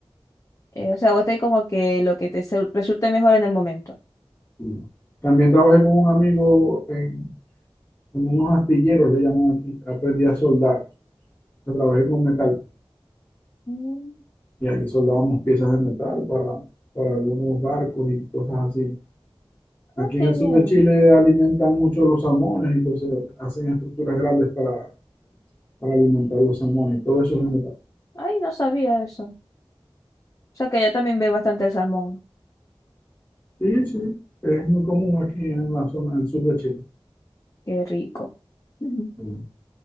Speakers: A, on the left; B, on the left.
A: Eh, o sea, vos tenés como que lo que te se- resulte mejor en el momento.
B: Sí. También trabajé con un amigo en, en unos astilleros, le llaman aquí. Aprendí a soldar. O sea, trabajé con metal.
A: Mm,
B: Y ahí soldábamos piezas de metal para, para algunos barcos y cosas así. Aquí
A: ah, qué
B: en el
A: bien.
B: sur de Chile alimentan mucho los salmones, entonces hacen estructuras grandes para, para alimentar los salmones. y Todo eso es de metal.
A: Ay, no sabía eso. O sea, que allá también ve bastante el salmón.
B: Sí, sí. Es muy común aquí en la zona del sur de Chile.
A: Qué rico. Ujú.
B: Sí.